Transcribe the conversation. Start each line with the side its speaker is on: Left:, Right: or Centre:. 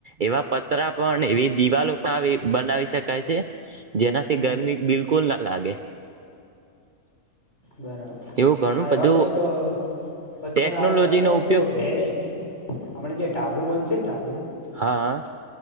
Right: એવા પતરા પણ એવી દિવાલો પણ આવે બનાવી શકાય છે. જેનાથી
Left: હમ
Right: ગરમી બિલકુલ ના લાગે. <inaudible>
Left: બરાબર
Right: એવું ઘણું
Left: હા
Right: બધું
Left: એવા કઈક પથ્થર
Right: ટેકનોલોજીનો
Left: આવે છે અને
Right: ઉપયોગ
Left: જો ટેરેસ્ટ આપણે જે ડાબુ બનશે ને ડાબુ
Right: હા